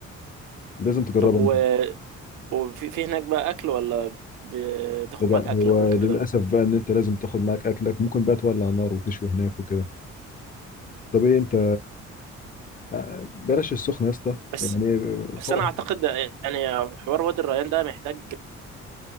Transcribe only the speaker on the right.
طب و...
وفي في هناك بقى اكل ولا بتاخد
معاك
اكلك وكده
بس
بس
انا اعتقد يعني حوار وادي الريان ده محتاج